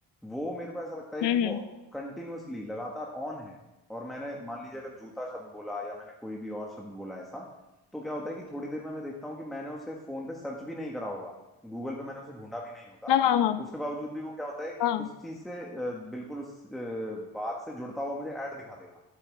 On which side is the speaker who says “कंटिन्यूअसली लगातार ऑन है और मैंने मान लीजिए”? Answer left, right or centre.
Centre